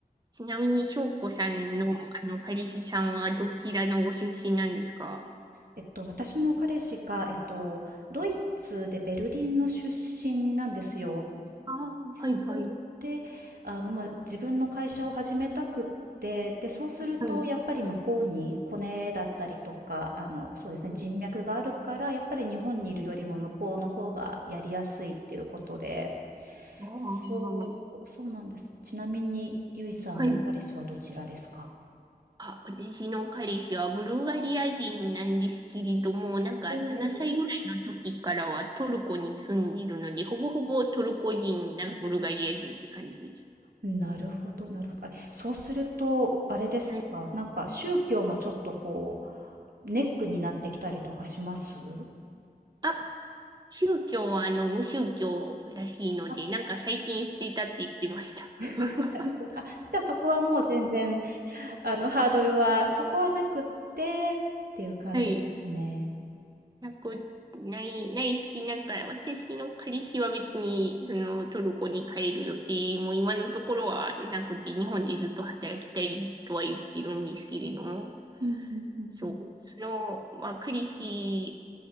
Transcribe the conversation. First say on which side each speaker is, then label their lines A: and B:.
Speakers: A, on the right; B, on the right.
A: ちなみに、翔子さんの、あの、彼氏さんはどちらのご出身なんですか
B: えっと、私の彼氏が、えっと、ドイツでベルリンの出身なんですよ。
A: ああー、
B: そう。
A: はい、はい、
B: で、あの、まあ、自分の会社を始めたくって、で、そうすると、
A: はい。
B: やっぱり向こうにコネだったりとか、あの、そうですね、
A: うん
B: 人脈があるから、やっぱり日本にいるよりも向こうの方がやりやすいっていうことで、
A: あー
B: そう、そうなんです。ちなみに、ゆいさんの彼氏はどちらですか
A: はい。あ、私の彼氏はブルガリア人なんですけれども、なんか7歳ぐらいの時からはトルコに住んでいるので、
B: お
A: ほぼほぼトルコ人なブルガリア人って感じです。
B: なるほどなるほど。あ、そうすると、あれですか、
A: はい
B: なんか宗教もちょっとこう、ネックになってきたりとかします？
A: あ、宗教はあの無宗教らしいので、
B: あ、
A: なんか最近捨てたって言ってました。
B: <laughs>
A: <laughs>
B: なるほど。あ、じゃあそこはもう全然、あの、ハードルはそこはなくってっていう感じですね。
A: はい。なく、ない、ないし、なんか私の彼氏は別に、そのトルコに帰る予定も今のところはなくて、日本でずっと働きたいとは言ってるんですけれども、
B: うんうんうんうん。
A: そう、その、まあ彼氏、